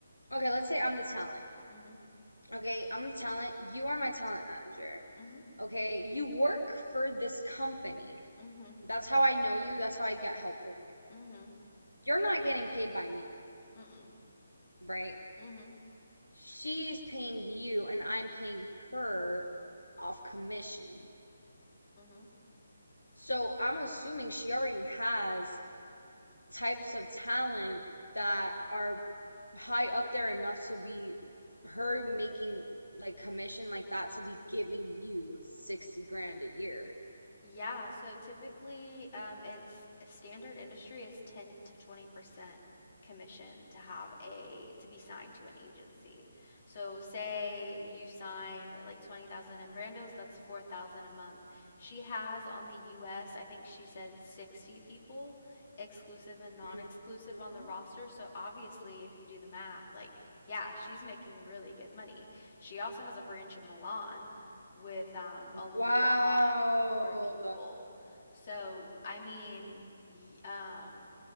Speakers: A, on the left; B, on the left.
A: okay, let's say I'm the talent.
B: Mhm,
A: Okay, I'm the talent. You are my talent manager.
B: mhm,
A: Okay, you work for this company.
B: mhm,
A: That's how I know you. That's how I get help from you.
B: mhm,
A: You're not getting paid by me,
B: mm,
A: right?
B: mhm,
A: She's paying you, and I'm paying her off commission.
B: mhm.
A: So I'm assuming she already has types of talent that are high up there enough to be her making like commission like that to be giving you 60 grand a year.
B: Yeah, so typically, um, it's standard industry is 10 to 20% commission to have a to be signed to an agency. So say you sign like 20,000 in Brando's, that's 4,000 a month. She has on the US, I think she said 60 people, exclusive and non-exclusive
A: Mhm.
B: on the roster. So obviously, if you do the math, like yeah, she's making really good money. She also has a branch in Milan with, um, a lot
A: Wow.
B: more people. So, I mean, y um,